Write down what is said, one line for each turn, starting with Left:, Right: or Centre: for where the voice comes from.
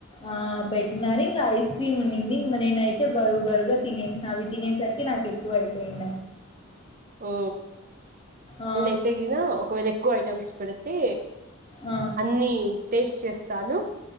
Left: ఆ పెట్టినారు ఇంకా ఐస్ క్రీమ్ ఉనింది ఇంక నేనయితే బరు బరుగా తినేసిన అవి తినేసరికి నాకు ఎక్కువ అయిపోయిండ
Right: ఓ
Left: ఆ
Right: నేనైతే గిన ఒకవేళ ఎక్కువ ఐటమ్స్ పెడితే
Left: ఆ
Right: అన్ని టేస్ట్ చేస్తాను